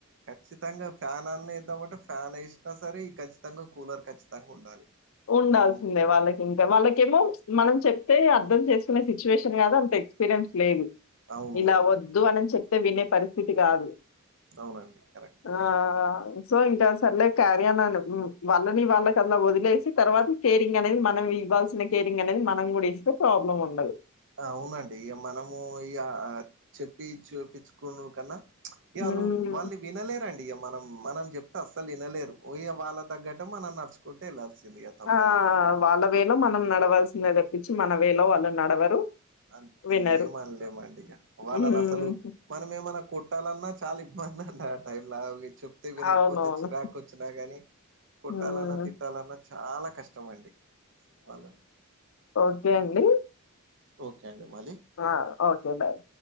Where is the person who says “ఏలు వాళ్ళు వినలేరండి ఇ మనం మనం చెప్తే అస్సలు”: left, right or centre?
Right